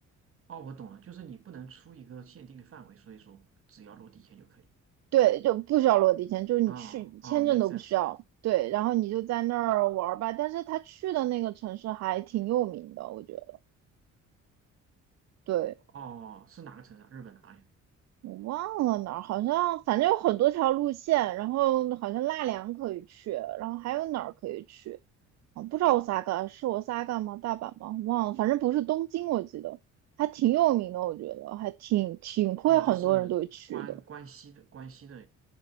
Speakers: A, on the right; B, on the right.
A: 哦，我懂了，就是你不能出一个限定的范围，所以说只要落地签就可以。
B: 对，就不需要落地签，就是你去签证都不需要。
A: 啊啊，make sense。
B: 对，然后你就在那儿玩儿吧。但是他去的那个城市还挺有名的，我觉得。对，
A: 哦，是哪个城市啊日本哪里
B: 我忘了哪儿，好像反正有很多条路线，然后好像纳凉可以去，然后还有哪儿可以去？啊，不知道我 s a 是我 s a 吗？大阪吗？忘了，反正不是东京，我记得还挺有名的，我觉得还挺挺会很多人都会去的。
A: 啊哦，就是关关西的关西的